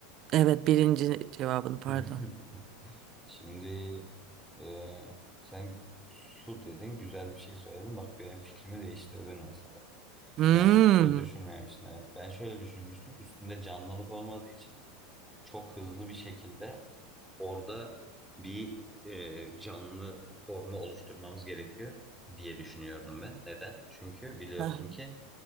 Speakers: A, on the right (about 45°); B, in the centre.
A: Evet, birinci cevabını pardon.
B: <laughs> Şimdi e, sen su dedin, güzel bir şey söyledin. Bak benim fikrimi değiştirdin mesela.
A: Hmm.
B: Ben su düşünmemiştim. Evet. Ben şöyle düşünmüştüm. Üstünde canlılık olmadığı için çok hızlı bir şekilde orada bir e, canlı formu oluşturmamız gerekiyor diye düşünüyordum ben. Neden? Çünkü biliyorsun
A: Ha,
B: ki